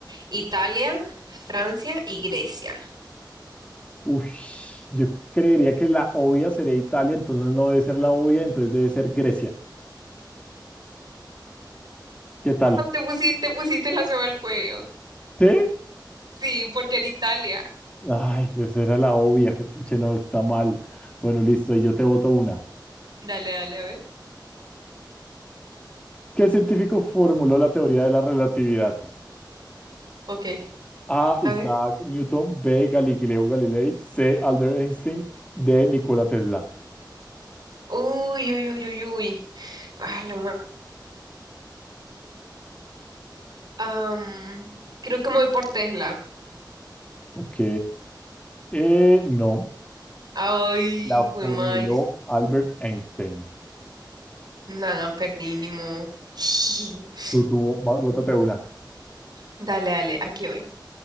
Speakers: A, on the right; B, on the left.
A: Italia, Francia y Grecia.
B: Uy, yo creería que la obvia sería Italia, entonces no debe ser la obvia, entonces debe ser Grecia. ¿Qué tal?
A: Ay, Te pusiste, te pusiste la soga al cuello.
B: ¿Sí?
A: Sí, porque era Italia.
B: Ay, pues era la obvia, pucha, no, está mal. Bueno, listo, y yo te voto una.
A: Dale, dale, a ver.
B: ¿Qué científico formuló la teoría de la relatividad?
A: Ok,
B: A.
A: a
B: Isaac
A: ver.
B: Newton. B. Galileo Galilei. C. Albert Einstein. D. Nikola Tesla.
A: Uy, uy, uy, uy, uy. Ah, la ma- Am, creo que me voy por Tesla.
B: Ok. Eh, no.
A: Ay,
B: La
A: fue
B: formuló
A: más.
B: Albert Einstein.
A: Nada, perdí, ni modo. <laughs>
B: Tú, tú, bó- bótate una.
A: Dale, dale, aquí voy.